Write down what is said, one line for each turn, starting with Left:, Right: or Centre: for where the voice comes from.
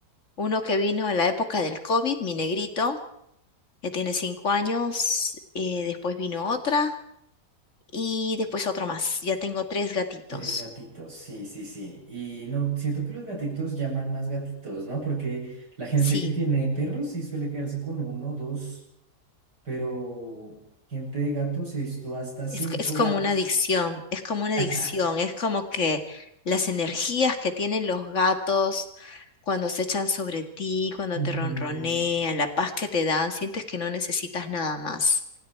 Left: Uno que vino en la época del COVID, mi negrito, ya tiene cinco años. eh, después vino otra y después otro más. Ya tengo tres gatitos.
Right: Tres gatitos, sí, sí, sí. Y no, siento que los gatitos llaman más gatitos, ¿no? Porque la gente
Left: Sí,
Right: que tiene perros sí suele quedarse con uno, dos, pero gente de gatos he visto hasta cinco
Left: Es, es como
Right: gatos.
Left: una adicción, es como una
Right: <laughs>
Left: adicción, es como que las energías que tienen los gatos cuando se echan sobre ti, cuando
Right: Ujú.
Left: te ronronean, la paz que te dan, sientes que no necesitas nada más.